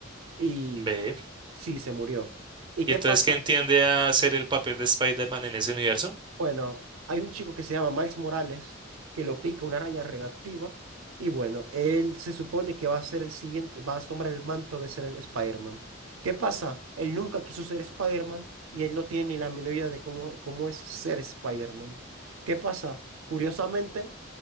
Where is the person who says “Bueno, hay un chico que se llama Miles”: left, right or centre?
Right